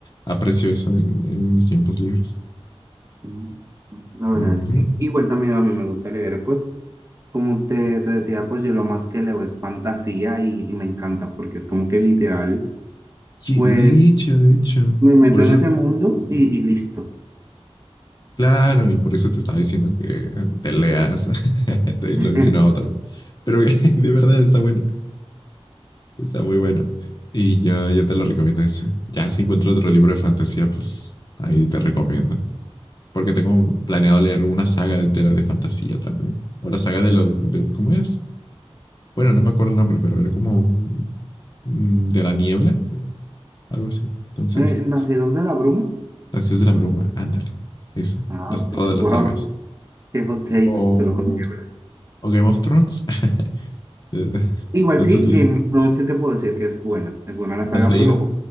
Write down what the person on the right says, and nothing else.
Mm, La verdad
es que igual también a mí me gusta leer, pues, como te, te decía, pues yo lo más que leo es fantasía y, y me encanta porque es como que literal,
pues
me meto
en ese mundo
y, y listo.
<laughs>
Sí,
sí.
Eh, ¿Nacidos de la Bruma?
Ah,
wow,
<laughs> qué hot take,
se lo conllevo.
Igual sí,
Game of Thrones sí te puedo decir que es buena, es buena la saga,
pero